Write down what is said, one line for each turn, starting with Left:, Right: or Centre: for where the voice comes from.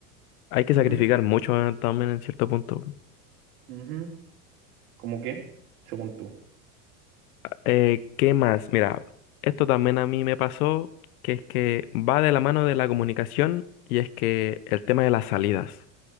Left: Hay que
Right: Ujú,
Left: sacrificar mucho eh, también en cierto punto.
Right: ujú, ¿Cómo qué? Según tú.
Left: Eh, ¿qué más? Mira, esto también a mí me pasó, que es que va de la mano de la comunicación y es que el tema de las salidas.